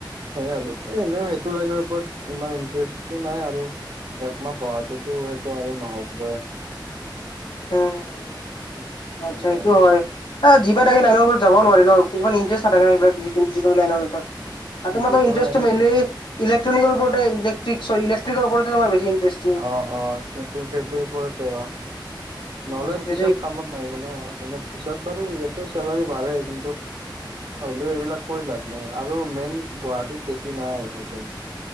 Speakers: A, on the right; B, on the left.
A: সেয়ে আৰু এ এনেও এইটো লাইনৰ <unintelligible> ইমান ইণ্টাৰেষ্টটো নাই আৰু একমাহ পঢ়াতোতো সেইটো আৰু নহ'বই।
B: উম,
A: উম, সেইকাৰণে
B: আচ্ছা এইটো হয়। এ যি পাই তাকে লাইনৰ ওপৰত যাব নোৱাৰি ন, কিছুমান ইণ্টাৰেষ্ট নাথাকে এইবিলাক যি যিকোনো লাইনৰ ওপৰত। আৰু তোমাৰটো
A: যোগাৰ
B: ইনটাৰেষ্টটো
A: লাইনত
B: মেইনলি
A: ধৰিবি।
B: ইলেট্ৰনিকৰ ওপৰতে ইলেকট্ৰিক, চ' ইলেকট্ৰিকেলৰ ওপৰতে তোমাৰ বেছি ইনটাৰেষ্ট।
A: অ', অ', সেইটো সেইটোৰ ওপৰতে অ'। নহ'লে
B: উম
A: পিছত
B: যদি
A: কামত নাহিব ন, মানে পিছত বাৰু ইয়াতো চেলাৰী বাঢ়ে, কিন্তু হ'লেও এইবিলাক কৰি লাভ নাই আৰু মেইন গুৱাহাটীত বেছি নাই হোটেল।